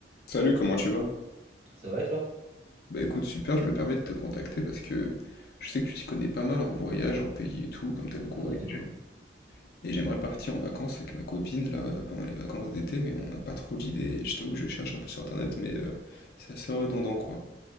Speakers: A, on the left; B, on the right.
A: Salut, comment tu vas?
B: Ça va et toi?
A: Bah écoute, super, je me permets de te contacter parce que je sais que tu t'y connais pas mal en voyage, en pays et tout, comme t'as beaucoup
B: Ouais,
A: voyagé.
B: dis-moi.
A: Et j'aimerais partir en vacances avec ma copine là euh, pendant les vacances d'été, mais on n'a pas trop d'idées. et Je t'avoue que je cherche un peu sur internet, mais euh, c'est assez redondant quoi.